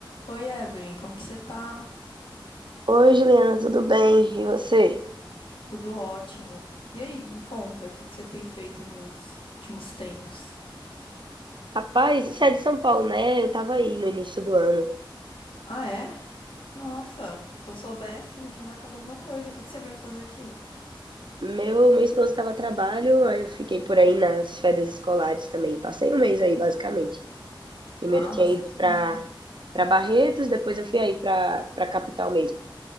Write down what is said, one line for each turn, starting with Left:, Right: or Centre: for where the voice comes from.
Left: Oi, Evelyn, como que você tá?
Right: Oi, Juliana, tudo bem? E você?
Left: Tudo ótimo. E aí, me conta, o que que você tem feito nos últimos tempos?
Right: Rapaz, você é de São Paulo, né? Eu tava aí no início do ano.
Left: Ah, é? Nossa, se eu soubesse, a gente tinha marcado alguma coisa. O que que você veio fazer aqui?
Right: Meu, meu esposo estava a trabalho, aí eu fiquei por aí nas férias escolares também. Passei um mês aí, basicamente. Primeiro
Left: Ah,
Right: eu tinha
Left: bastante
Right: ido pra,
Left: tempo.
Right: pra Barretos, depois eu fui aí pra, pra capital mesmo.